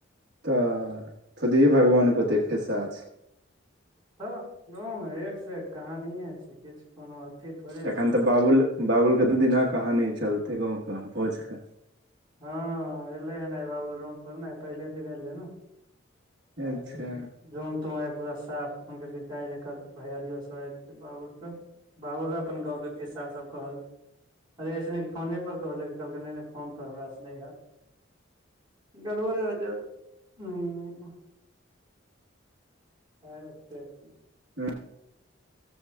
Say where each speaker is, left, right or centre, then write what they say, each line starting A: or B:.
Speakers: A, on the right (about 55°); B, on the right (about 20°).
A: तऽ खुद ही भगवान
B: ह
A: कऽ ओते खिस्सा छै
B: तऽ गाँव म एक से एक कहानिये छै किछ कोनो अथी थोड़े
A: एखन
B: छै
A: तऽ बाबुल बाबुल केँ दू दिना कहानी चलते गाँव कऽ भोज कऽ
B: हँ एलै हन आए बाबुल रूम पर नै पहिले दिन एयलै न
A: अच्छा
B: आय रूम तूम पूरा साफ अखन कहलकै काइल एकर भैयारियो सब आब जेतै बाबुल कऽ बाबुल अपन गाँव कऽ खिस्सा सभ कहल <inaudible> अरे अय स नीक फोने पर कह ले कहलकै नै नै फ फोन पर हमरा स नै हैत गड़बड़े जैत <unintelligible> <unintelligible>
A: <unintelligible>